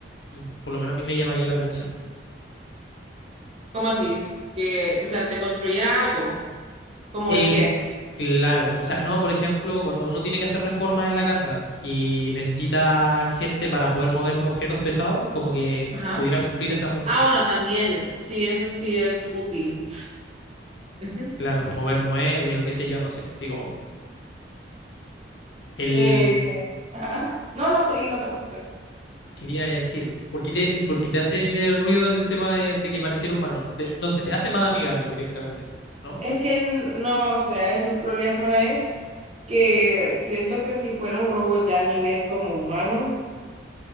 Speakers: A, on the left (about 80°); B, on the right (about 35°).
A: Mm, Por lo menos a mí me llamaría la atención.
B: ¿Cómo así? Que, o sea, te construyera algo. ¿Como
A: Eh,
B: el qué?
A: claro, o sea, no, por ejemplo, cuando uno tiene que hacer reformas en la casa y necesita gente para poder mover objetos pesados, como que
B: Ajá.
A: pudiera cumplir esa función.
B: Ah, bueno, también, sí, eso sí es útil. <laughs>
A: Claro, mover muebles o qué sé yo, no sé. Así como, el...
B: Eh, ajá. No, no, seguí, no te preocupes.
A: Quería decir, ¿por qué te, por qué te hace ruido el tema de, de que pareciera humano? Te- no se te hace más amigable directamente, ¿no?
B: Es que no, o sea, es- el problema es que siento que si fuera un robot ya a nivel como humano,